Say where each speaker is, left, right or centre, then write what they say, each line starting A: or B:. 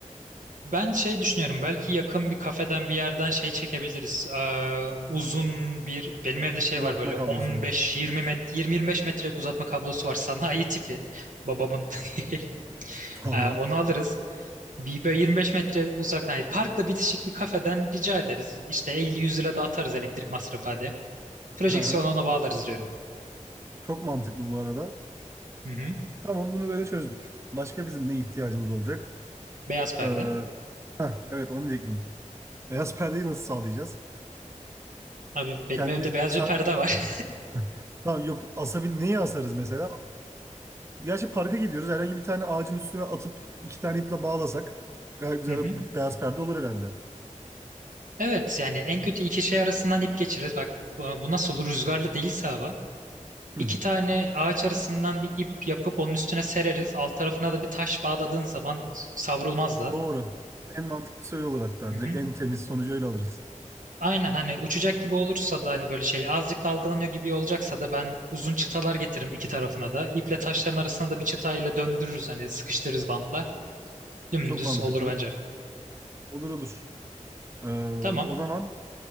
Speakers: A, on the right; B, on the right.
A: Ben şey düşünüyorum belki yakın bir kafeden bir yerden şey çekebiliriz. Ee, uzun bir benim evde şey
B: Uzatma
A: var böyle
B: kablosunu.
A: 15-20 met 20-25 metrelik uzatma kablosu var sanayi tipi babamın. <laughs>
B: <laughs> Tamam.
A: Ee, onu alırız. Bir böyle 25 metre uzak hani parkla bitişik bir kafeden rica ederiz. İşte 50-100 lira da atarız elektrik masrafı hadi. Projeksiyonu
B: Hı hı.
A: ona bağlarız diyorum.
B: Çok mantıklı bu arada.
A: Hı hı.
B: Tamam bunu böyle çözdük. Başka bizim ne ihtiyacımız olacak?
A: Beyaz perde.
B: Ee, evet onu diyecektim. Beyaz perdeyi nasıl sağlayacağız?
A: Abi benim
B: Kendimiz
A: evde beyaz
B: bir ça...
A: bir perde var.
B: <laughs> Tamam yok asabil neyi asarız mesela? Gerçi parka gidiyoruz. Herhangi bir tane ağacın üstüne atıp iki tane iple bağlasak gayet güzel
A: <laughs> Hı hı.
B: bir beyaz perde olur herhalde.
A: Evet yani en kötü iki şey arasından ip geçiririz. Bak bu nasıl olur rüzgarlı değilse hava.
B: Hı,
A: İki tane ağaç arasından bir ip yapıp onun üstüne sereriz. Alt tarafına da bir taş bağladığın zaman savrulmaz da.
B: doğru. En mantıklısı öyle olur hatta.
A: Hı
B: Direkt
A: hı.
B: en temiz sonucu öyle alırız.
A: Aynen hani uçacak gibi olursa da hani böyle şey azıcık dalgalanıyor gibi olacaksa da ben uzun çıtalar getiririm iki tarafına da. İple taşların arasına da bir çıtayla döndürürüz hani sıkıştırırız bantla. Dümdüz
B: Çok mantıklı.
A: olur bence.
B: Olur olur. Ee,
A: Tamam.
B: o zaman